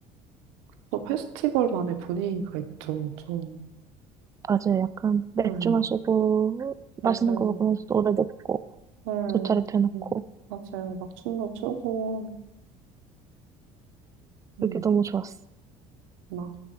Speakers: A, on the right; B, on the right.
A: 또 페스티벌만의 분위기가 있죠. 저,
B: 맞아요. 약간 맥주
A: 네,
B: 마시고, 맛있는
A: 맞아요.
B: 거 먹으면서 노래 듣고,
A: 음,
B: 돗자리 펴놓고.
A: 음, 맞막 춤도 추고, 음,
B: 그게 너무 좋았어.
A: 막,